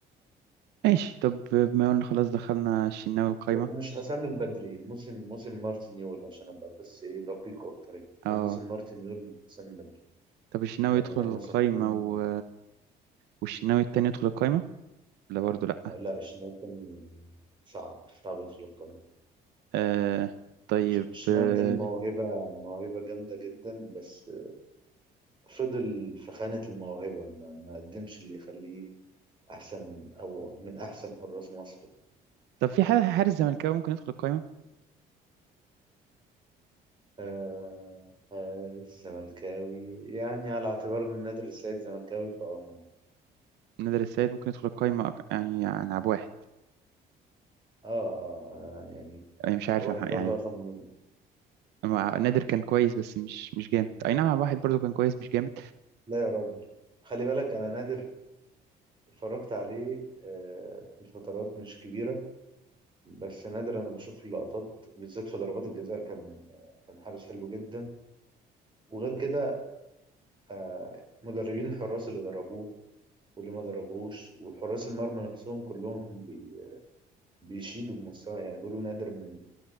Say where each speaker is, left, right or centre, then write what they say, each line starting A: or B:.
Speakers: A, on the right (about 80°); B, on the right (about 30°).
A: ماشي طب بما قلنا خلاص دخلنا الشناوي القايمة
B: ب- مش حسام البدري موسم موسم مارتن يول عشان ابقى بس ايه دقيق اكتر يعني
A: اه
B: هو موسم مارتن يول من حسام بدري
A: طب الشناوي
B: لان
A: يدخل القايمة
B: موسم حسام
A: و... والشناوي التاني يدخل القايمة لا برضو لأ
B: لا الشناوي كان صعب صعب يدخل القائمة
A: آه طيب
B: الشناوي
A: آه،
B: التاني موهبة موهبة جامدة جدا بس فضل في خانة الموهبة ما, ما قدمش اللي يخليه أحسن أو من أحسن حراس مصر
A: طب في حارس حارس زملكاوي ممكن يدخل القايمة
B: آه حارس زملكاوي يعني على اعتبار ان نادر السيد زملكاوي فهو ممكن.
A: نادر السيد ممكن يدخل القايمة أك- يعني عن عب واحد
B: آه, آه, اه يعني
A: يعني مش عارف
B: واحد
A: يا مح-
B: برضه
A: يعني
B: عشان مهم.
A: مع- نادر كان كويس بس مش مش جامد أي نعم عب واحد برضو كان كويس مش جامد
B: لا يا راجل خلي بالك انا نادر اتفرجت عليه آه في فترات مش كبيرة بس نادر انا بشوف اللقطات بالذات في ضربات الجزاء كان كان حارس حلو جدا وغير كده آه مدربين الحراس اللي دربوه واللي ما دربوهوش وحراس المرمى نفسهم كلهم بي بيشيدوا بمستوى يعني بيقولوا نادر من